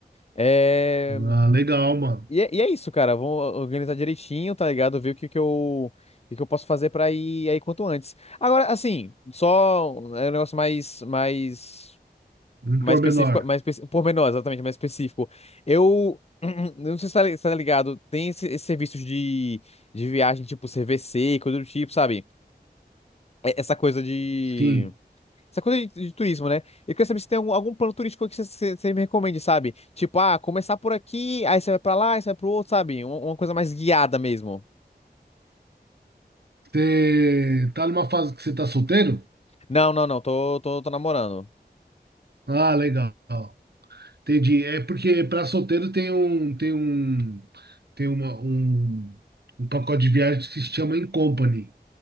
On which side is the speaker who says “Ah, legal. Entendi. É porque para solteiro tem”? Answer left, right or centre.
Right